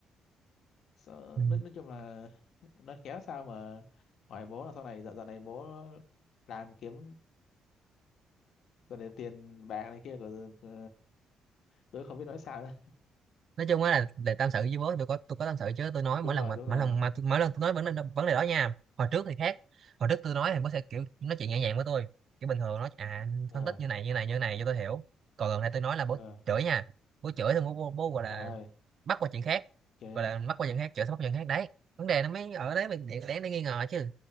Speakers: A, on the left; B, on the right.
A: sao,
B: Ừ.
A: nói, nói chung là nói khéo sao mà hỏi bố là sau này dạo dạo này bố làm kiếm rồi này tiền bạc này kia của ờ, tôi không biết nói sao nữa
B: nói chung á là để tâm
A: <laughs>
B: sự với bố tôi có tôi có tâm sự chứ tôi nói
A: đúng
B: mỗi
A: rồi
B: lần mà
A: đúng
B: mỗi
A: rồi
B: lần mà mỗi lần tôi nói vấn đề vấn đề đó nha hồi trước thì khác hồi trước tôi nói thì bố sẽ kiểu nói chuyện nhẹ nhàng với tôi kiểu bình thường nói à
A: ờ
B: phân tích như này như này như này cho tôi hiểu còn gần đây tôi nói là bố
A: ờ
B: chửi nha bố chửi thì bố, bố, bố gọi là
A: trời ơi
B: bắt qua chuyện khác
A: trời
B: gọi
A: ơi
B: là bắt qua chuyện khác chửi xong bắt qua chuyện khác đấy vấn đề nó mới ở đấy mình để để, để nghi ngờ chứ